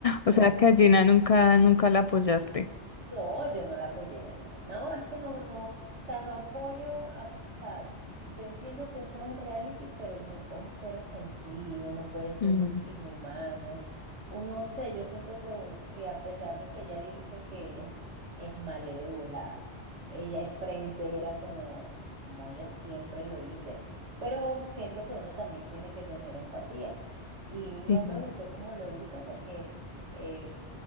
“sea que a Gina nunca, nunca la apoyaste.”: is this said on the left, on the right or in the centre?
Left